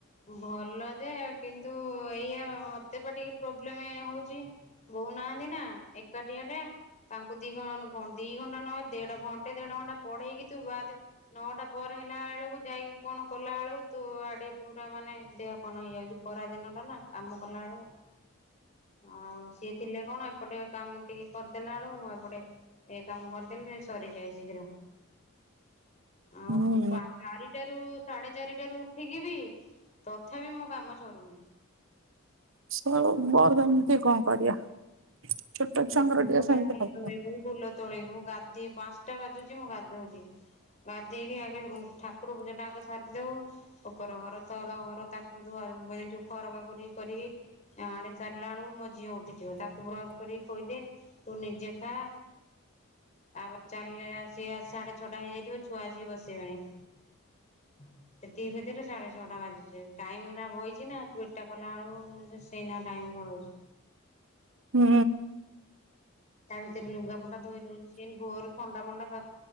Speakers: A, on the left; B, on the right.
A: ଭଲ ଯେ କିନ୍ତୁ ଏଇଆ ମତେ ବା ଟିକେ ପ୍ରୋବ୍ଲେମ ହଉଛି ବୋଉନାହାନ୍ତି ନା ଏକାଠଆ ଟେ ତାଙ୍କୁ ଦି ଦି ଘଣ୍ଟା ନହ ଦେଢ ଘଣ୍ଟେ ଦେଢ ଘଣ୍ଟା ପଢେଇକି ତୁ ବାଦ ନଅଟା ପରେ ହେଲା ବେଳକୁ ଯାଇକି କଣ କଲା ବେଳକୁ ତୁ ଆଡେ ପୁରା ମାନେ ଦେହ କଣ ହେଇଯାଉଛି ପରା ଦିନ ଟା ନା କାମ କଲା ବେଳକୁ ଆଉ ସିଏ ଥିଲେ କଣ ଏପଟେ କାମ ଟିକେ କରିଦେଲା ବେଳୁ ମୁଁ ଏପଟେ ଏଇ କାମ କରିଦେଲେ ସରିଯାଏ ଶୀଘ୍ର ଆଉ
B: ହୁଁ।
A: ଚାରିଜାରୁ ସାଢେ ଚାରିଟାରୁ ଉଠିକି ବି ତଥାପି ମୁଁ କାମ ସରୁନାହିଁ
B: ସ ସେମିତି କଣ କରିବା ଛୋଟ ଛୁଆଙ୍କର
A: ଉଠିବୁ
B: ଟିକେ
A: ବାସନ
B: ସେମିତି ହବ କ
A: ଧୋଇବୁ ଫୁଲ ତୋଳିବୁ ଗାଧୋଇ ପାଞ୍ଚଟା ବାଜୁଛି ମୁଁ ଗାଧଉଛି ଗାଧେଇକି ଆଗେ ଠାକୁର ପୂଜା ଟା ଆଗେ ସରିଦଉ ଉପର ଘର ତଲ ଘର ତାକୁ ଧଆ ମାନେୋଖର କା କର କରିକି ଆଡେ ସାରିଲା ବେଳକୁ ମଝିଅ ଉଠିଥିବ ତାକୁ ବ୍ରସ୍ କରି କହିୋଇଦ ତୁ ନିଜେ ଖା ତାପରେ ଚାଲିଲେ ଆ ସ ସାଢେ ଛଅଟା ହେଇଯାଇଥିବ ଛୁଆ ଆସିକି ବସିବେଣି ହୁଁ <unintelligible> ସେତିକି ଭିତରେ ସାଢେ ଛଅଟା ବାଜିଛେ ଟାଇମ ଟା ବହିଛି ନା ତୁ ଏଟଟା କଲା ବେଳ ସେନ ଟାଇମ୍ ପଢ଼ଉଛି
B: ହୁଁ
A: ତା ଭିତରେ ଲୁଙ୍ଗା ପୁଣ୍ଡା ଦୁଇ ଦଉ ସେ ବୋ ଥଣ୍ଡା ମୋଣ୍ଡା ଦ